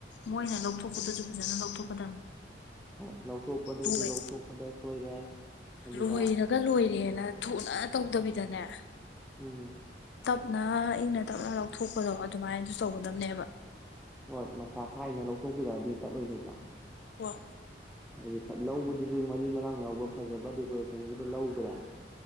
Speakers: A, on the left; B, in the centre.
A: ꯃꯣꯏꯅ ꯂꯧꯊꯣꯛꯄꯗꯁꯨ ꯐꯖꯅ ꯂꯧꯊꯣꯛꯀꯗꯕꯅꯤ
B: ꯍꯣꯏ ꯂꯧꯊꯣꯛꯄꯗꯁꯨ
A: ꯂꯣꯏ
B: ꯂꯧꯊꯣꯛꯄꯗ ꯁꯣꯏꯔꯦ ꯑꯗꯨꯒ
A: ꯂꯣꯏꯔꯒ ꯂꯣꯏꯔꯦꯅ ꯊꯨꯅ ꯇꯧꯗꯕꯤꯗꯅꯦ
B: ꯎꯝ
A: ꯇꯞꯅ ꯏꯪꯅ ꯇꯞꯅ ꯂꯧꯊꯣꯛꯄꯗꯣ ꯑꯗꯨꯃꯥꯏꯅꯁꯨ ꯇꯧꯒꯗꯝꯕꯅꯦꯕ
B: ꯍꯣꯏ ꯃꯁꯥ ꯈꯥꯏꯅ ꯂꯧꯊꯣꯛꯄꯤꯔꯛꯑꯗꯤ ꯇꯠꯂꯣꯏꯗꯧꯕ
A: ꯍ
B: ꯍꯥꯏꯗꯤ ꯂꯧꯕꯗꯨꯁꯨ ꯃꯔꯤ ꯃꯔꯥꯡ ꯌꯥꯎꯕ꯭ꯔ ꯐꯖꯕ ꯗꯦꯀꯣꯔꯦꯁꯟꯒꯤꯗꯣ ꯂꯧꯈ꯭ꯔꯦ